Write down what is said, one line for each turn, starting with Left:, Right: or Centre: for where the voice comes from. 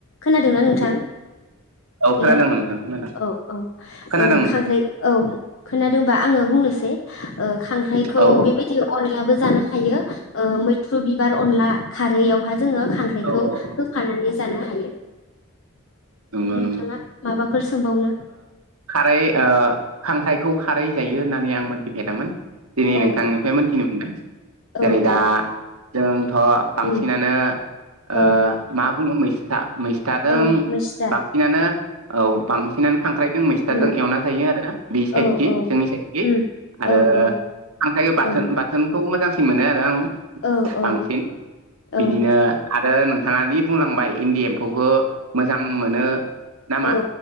Left: खोनादोंना नोंथां
Right: औ खोनादों
Left: हेलौ
Right: नोंथां खोनादों
Left: औ औ
Right: खोनादों नोंथां
Left: खांख्राइ औ खोनादोंबा आङो बुंनोसै खांख्राइखौ
Right: औ
Left: बेबायदि अनलाबो जानो हायो मैथ्रु बिबार अनला खारैआवहााय जोङो खांख्राइखौ
Right: औ औ
Left: होफानानै जानो हायो
Right: नंगौ
Left: नोंथाङा
Right: नंगौ
Left: माबाफोर सोंबावनो
Right: खारै ओ खांख्राइखौ खारै जायो होननानै आं मोन थिफेरदामोन दिनै
Left: औ
Right: नोंथांनिफ्राय
Left: औ
Right: मोनथिनो मोनदों। जेरै
Left: औ
Right: दा
Left: औ
Right: जोंथ' बांसिनानो
Left: उम औ
Right: ओ मा बुङो मैस्था मैस्थादों
Left: औ मैस्था
Right: बांसिनानो औ बांसिनानो खांख्राइजों मैस्थाजों
Left: उम
Right: एवना जायो आरो बे साइडखि
Left: औ औ
Right: जोंनि साइद
Left: उम
Right: आरो
Left: औ औ
Right: खांनाय बाथोन
Left: औ
Right: बाथोन खौ मोजांसिन मोनो आरो आं
Left: औ औ
Right: बांसिन बिदिनो
Left: औ
Right: आरो नोंथाङा दि बुंलांबाय इन्दि एम्फौखौ मोजां मोनो नामा
Left: औ